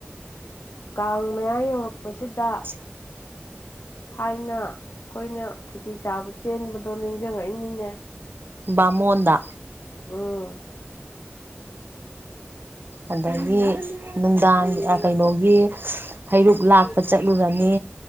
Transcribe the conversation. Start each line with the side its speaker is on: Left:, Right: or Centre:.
Left: ꯀꯥꯡ ꯃꯌꯥ ꯌꯧꯔꯛꯄꯁꯤꯗ
Right: ꯎ
Left: ꯊꯥꯏꯅ ꯑꯩꯈꯣꯏꯅ ꯈꯦꯖꯤ ꯆꯥꯕ ꯆꯦꯟꯕꯗꯣ ꯅꯤꯡꯁꯤꯡꯉꯛꯏꯃꯤꯅꯦ
Right: ꯕꯥꯃꯣꯟꯗ
Left: ꯎꯝ
Right: ꯑꯗꯒꯤ ꯅꯨꯡꯗꯥꯡ ꯀꯩꯅꯣꯒꯤ ꯍꯩꯔꯨꯛ ꯂꯥꯛꯄ ꯆꯠꯂꯨꯔꯅꯤ